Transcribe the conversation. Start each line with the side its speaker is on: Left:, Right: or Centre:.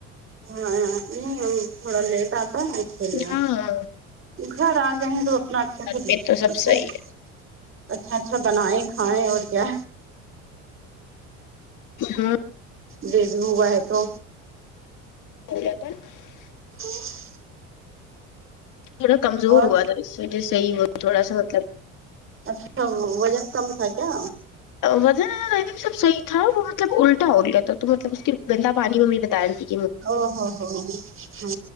Right: ہاں نہیں تھوڑا لیٹ آتا ہے اس کے لیے
Left: ہاں گھر
Right: گھر آ جائیں تو اپنا اچھا سے د
Left: پہ تو سب
Right: اچھا
Left: صحیح
Right: اچھا
Left: ہے
Right: اچھا اچھا بنائیں کھائیں اور کیا
Left: ہاں
Right: بیببی ہوا ہے تو
Left: <unintelligible>
Right: وہ
Left: تھوڑا کمزور
Right: اور
Left: ہوا تھا اسس وجہ صحیح ہو تھوڑا سا مطلب
Right: اچھا وزن کم تھا کیا
Left: وزن تھنگ سب صحیح تھا وہ مطلب الٹا ہو گیا تھا تو مطلب اس کے گندا پانی وہ بتا دی
Right: ہاں ہاں ہاں ہے نہ